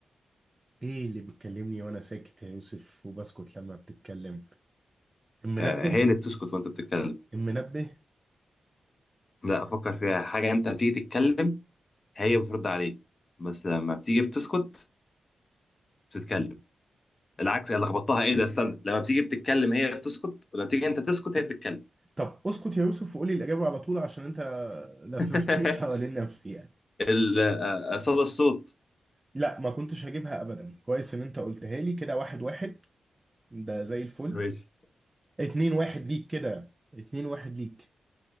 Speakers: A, on the right; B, on the left.
A: ايه اللي بتكلمني وانا ساكت يا يوسف وبسكت لما بتتكلم المنبه
B: آه هي اللي بتسكت وانت بتتكلم
A: المنبه
B: لا افكر فيها حاجة انت بتيجي تتكلم هي بترد عليك بس لما بتيجي بتسكت بتتكلم العكس انا لخبطتها ايه ده استنى لما بتيجي بتتكلم هي بتسكت ولما تيجي انت تسكت هي بتتكلم
A: طب اسكت يا يوسف وقولي الإجابة على طول عشان انت لففتني
B: <laughs>
A: <laughs> حوالين نفسي يعني.
B: ال- آه، آه، صدى الصوت
A: لا ما كنتش هجيبها ابدا كويس ان انت قلتها لي كده واحد واحد ده زي الفل
B: ماشي
A: اتنين واحد ليك كده اتنين واحد ليك